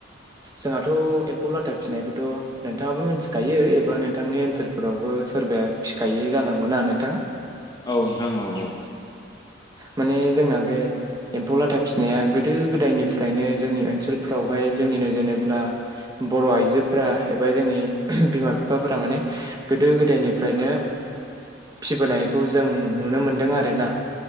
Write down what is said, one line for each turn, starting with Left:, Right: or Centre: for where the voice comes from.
Right: जोंहाथ' एम्फौ लाथा फिसिनायखौथ' नोंथाङाबो मिथिखायो एबा नोंथांनि ओनसोलफोरावबो सोरबाया फिखायो जानांगौना नोंथां
Left: औ नोंथां औ औ
Right: माने जोंना बे एम्फौ लाथा फिसिनाया गोदो-गोदायनिफ्रायनो जोंनि ओनसोलफोरावहाय जोंनि नोजोनोब्ला बर' आइजोफोरा एबा जोंनि बिमा-बिफाफोरा माने गोदो-गोदायनिफ्रायनो फिबोनायखौ जों नुनो मोनदों आरो ना।